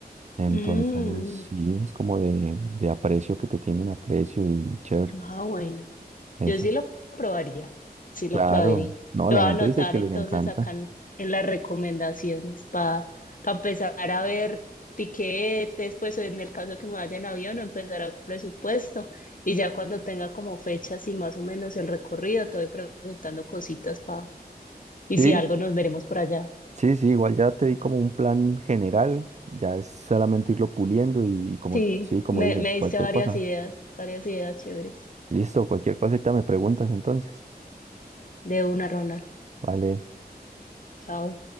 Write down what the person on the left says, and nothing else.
Mm,
Ah, bueno.
Yo sí lo probaría, sí
lo probaría.
Lo
voy
a anotar
entonces
acá en, en las recomendaciones para empezar a ver tiquetes, pues o en el caso que me vaya en avión, empezar a presupuesto y ya cuando tenga como fechas y más o menos el recorrido, te voy preguntando cositas para, y
si algo nos veremos por allá.
Sí,
me,
me
diste varias
ideas, varias ideas chéveres.
De una, Ronald.
Chao.